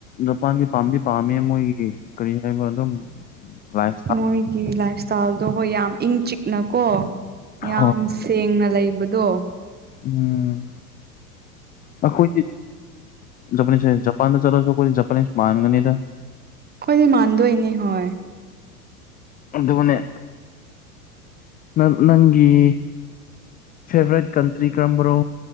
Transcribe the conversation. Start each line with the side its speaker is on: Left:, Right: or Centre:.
Left: ꯖꯄꯥꯟꯗꯤ ꯄꯥꯝꯗꯤ ꯄꯥꯝꯃꯦ ꯃꯣꯏꯒꯤ ꯀꯔꯤ ꯍꯥꯏꯕ ꯑꯗꯨꯝ ꯁ <unintelligible>
Right: ꯃꯣꯏꯒꯤ ꯂꯥꯏꯐ ꯏꯁꯇꯥꯏꯜꯗꯣ ꯍꯣꯏ ꯌꯥꯝ ꯏꯪ ꯆꯤꯛꯅ ꯀꯣ ꯌꯥꯝ
Left: ꯍꯣꯏ
Right: ꯁꯦꯡꯅ ꯂꯩꯕꯗꯣ
Left: ꯎꯝ ꯑꯩꯈꯣꯏꯗꯤ ꯖꯄꯥꯅꯤꯁ ꯍꯥꯏ ꯖꯄꯥꯟ ꯗ ꯆꯠꯂꯁꯨ ꯑꯈꯣꯏꯗꯤ ꯖꯄꯥꯅꯤꯁ ꯃꯥꯟꯒꯅꯤꯗ
Right: ꯑꯩꯈꯣꯏꯗꯤ ꯃꯥꯟꯗꯣꯏꯅꯤ ꯍꯣꯏ
Left: ꯑꯗꯨꯗ ꯃꯅꯦ ꯅꯪ ꯅꯪꯒꯤ ꯐꯦꯕꯣꯔꯥꯏꯠ ꯀꯟꯇ꯭ꯔꯤ ꯀꯔꯝꯕꯅꯣ